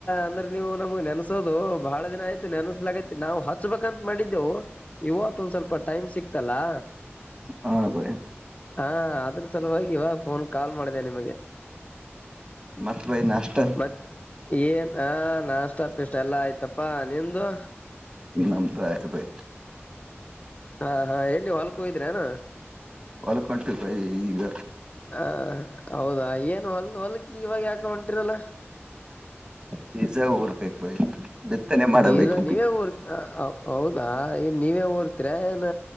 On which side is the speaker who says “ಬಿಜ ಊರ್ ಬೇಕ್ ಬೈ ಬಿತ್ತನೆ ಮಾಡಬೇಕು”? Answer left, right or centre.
Right